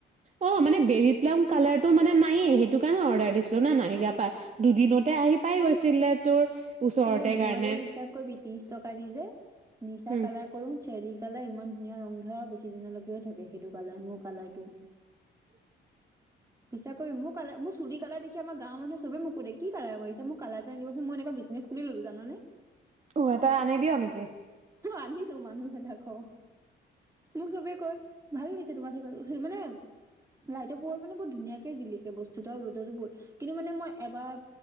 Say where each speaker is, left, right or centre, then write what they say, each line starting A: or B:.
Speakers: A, on the right; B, on the right.
A: অ মানে বেৰি প্লাম কলাৰটো টো মানে নায়ে সেইটো কাৰণে অৰ্ডাৰ দিছিলো না নাহিলে গা পা দুদিনতে আহি পাই গৈছিলে তোৰ ওচৰতে
B: এ মই
A: কাৰণে
B: যে বিশ্বাস কৰিবি ত্ৰিশ টকা দি যে নিচা
A: উম
B: কালাৰ কৰো চেৰিকালে ইমান ধুনীয়া ৰং ধৰা বেছি দিনলৈকেও থাকে সেইটো কালাৰ মোৰ কালাৰটো বিচ্ছাছ কৰি মোক কাল মোৰ চুলি কালাৰ দেখি আমাৰ গাঁৰ মানুহে চবে মোক সোধে কি কালাৰ কৰিছা মোক কালাৰ টো আনি দিবা চোন মই এনেকুৱা বিজনেছ খুলি ললো জানানে
A: উ এতাই আনি দিয় নেকি
B: আনিছো মানুহ বিলাকক মোক চবেই কয় ভালে লাগিছে তোমাৰ <unintelligible> মানে লাইটো পোহৰত মানে বহুত ধুনীয়াকে জিলিকে বস্তু ৰ'দতোহ কিন্তু মানে মই এবাৰ